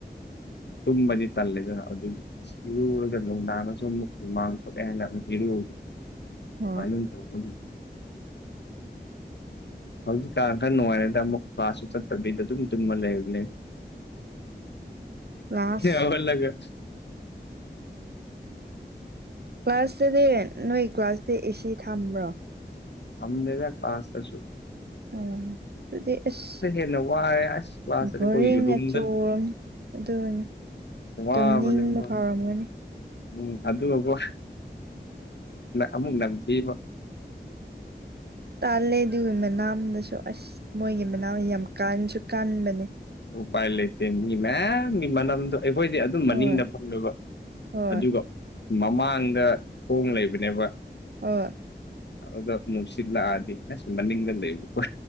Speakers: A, on the left (about 75°); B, on the right (about 65°).
A: ꯇꯨꯃꯅꯤ ꯇꯜꯂꯦꯗ ꯑꯗꯨ ꯏꯔꯨꯔꯒ ꯅꯨꯡꯗꯥꯡꯅꯁꯨ ꯑꯃꯨꯛ ꯃꯥꯡ ꯊꯣꯛꯑꯦ ꯍꯥꯏꯅ ꯑꯃꯨꯛ ꯍꯤꯔꯨꯒꯦ
B: ꯍꯣꯏ
A: ꯃꯥꯏꯅ ꯊꯅꯤ
B: <inaudible>
A: ꯍꯧꯖꯤꯛꯀꯥꯟ ꯈꯔ ꯅꯨꯡꯉꯥꯏꯔꯗ ꯑꯃꯨꯛ ꯃꯥꯕꯥꯁꯁꯨ ꯆꯠꯇꯕꯤꯗ ꯑꯗꯨꯝ ꯆꯨꯝꯕ ꯂꯩꯕꯅꯦ
B: ꯂꯥꯁ
A: ꯍꯧꯒꯠꯂꯒ
B: ꯀ꯭ꯂꯥꯁꯇꯗꯤ ꯅꯣꯏ ꯀ꯭ꯂꯥꯁꯇ ꯑꯦꯁꯤ ꯊꯝꯕ꯭ꯔꯣ
A: ꯁꯝꯗꯦꯕ ꯀ꯭ꯂꯥꯁꯁꯨ
B: ꯑꯣ ꯑꯗꯨꯗꯤ ꯑꯁ
A: ꯍꯦꯟꯅ ꯋꯥꯔꯦ ꯑꯁ ꯀ꯭ꯂꯥꯁꯇꯗꯤ
B: ꯕꯣꯔꯦꯡ
A: ꯑꯩꯈꯣꯏꯒꯤ ꯔꯨꯝꯗ
B: ꯑꯆꯣꯔ ꯑꯗꯨꯅꯤ ꯑꯗꯨꯝ
A: ꯋꯥꯕꯅꯦ
B: ꯅꯤꯡꯕ
A: ꯍꯣꯏ
B: ꯐꯥꯎꯔꯝꯒꯅꯤ
A: ꯎꯝ ꯑꯗꯨꯒꯀꯣ ꯑꯃꯨꯛ ꯅꯝꯊꯤꯕ
B: ꯇꯥꯜꯂꯦ ꯑꯗꯨꯒꯤ ꯃꯅꯥꯝꯗꯁꯨ ꯑꯁ ꯃꯣꯏꯒꯤ ꯃꯅꯥꯝ ꯌꯥꯝ ꯀꯥꯟꯁꯨ ꯀꯥꯟꯕꯅꯦ
A: ꯎꯄꯥꯥꯏ ꯂꯩꯇꯦꯅꯤ ꯃꯌꯥꯝꯗꯣ ꯅꯈꯣꯏꯗꯤ ꯑꯗꯨꯝ ꯃꯅꯤꯡꯗ
B: ꯍꯣꯏ
A: ꯐꯪꯉꯕ
B: ꯍꯣꯏ
A: ꯑꯗꯨꯒ ꯃꯃꯥꯡꯗ ꯊꯣꯡ ꯂꯩꯕꯅꯦꯕ
B: ꯍꯣꯏ
A: ꯑꯗꯣ ꯅꯨꯡꯁꯤꯠ ꯂꯥꯛꯑꯗꯤ ꯑꯁ ꯃꯅꯤꯡꯗ ꯂꯩꯕꯣ